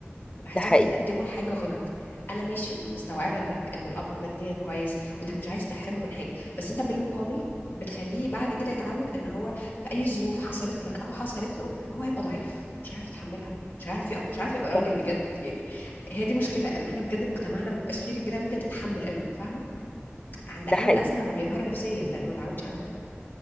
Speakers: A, on the left (about 50°); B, on the left (about 20°).
A: بحسهم
B: ده حقيقي
A: بيقدموا الحاجة غلط انا ماشي مستوعبة انك ان الاب ماديا كويس وانك مش عايز تحرمه من حاجة بس انت بالمقابل بتخليه بعد كده يتعود ان هو في اي ظروف حصلت لك او حصلت له هو هيبقى ضعيف مش عارف يتحملها مش عارف يقف مش عارف يبقى راجل
B: صح
A: بجد يعني هي دي مشكلة ان احنا بجد مجتمعنا ما بيبقاش فيه رجالة ممكن تتحمل قوي فاهمة عند
B: ده
A: اول
B: حقيقي
A: ازمة هو بينهار نفسيا لانه ما اتعودش على ده